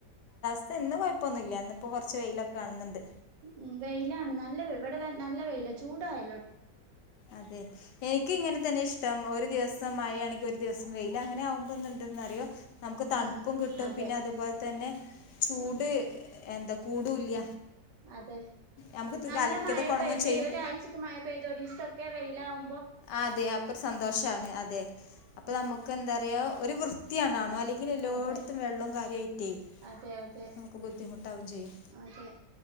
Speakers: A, on the left; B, on the right.
A: അത് ഇന്ന് കുഴപ്പമൊന്നുമല്ല ഇന്നിപ്പോൾ കുറച്ച് വെയിലൊക്കെ കാണുന്നുണ്ട്
B: ഉ വെയിലാണ് നല്ല ഇവിടെ വ നല്ല വെൽ ചൂടായ
A: അതെ എനക്ക് ഇങ്ങനെ തന്നെ ഇഷ്ടം ഒരു ദിവസമായിണ ഒരു ദിവസം വയിയില അങ്ങനെയാവുമ്പൊ എന്ത്ണ്ട്ന്നറിയോ നമുക്ക് തണുപ്പും
B: ആഹ്
A: കിട്ടും
B: അതെ
A: പിന്നെ അതുപോലെ തന്നെ ചൂട്
B: ഉം
A: എന്താ കൂടുല്ല
B: അതെ
A: നമുക്ക്
B: നല്ല
A: അലക്കിയതൊക്കെ
B: മഴ
A: ഉണങ്ങും
B: പെയ്ത്
A: ചെയ്യും
B: ഒരാഴ്ചക്ക് മഴ പെയ് തൊരിസൊക്കെ വെയിലാവു
A: അതെ അപ്പൊരു സന്തോഷാണ് അതെ അപ്പൊ
B: ഉം
A: നമ്മക്ക് എന്താറിയോ ഒരു വൃത്തിയാണാണു അല്ലെ ങ്കില് എല്ലോട്ത്തും
B: അതെ
A: വെള്ളൊം കാര്യയായിട്ടേ
B: അതെ അതെ
A: നമുക്ക് ബുദ്ധിമുട്ടാവും ചെയ്യും
B: അതെ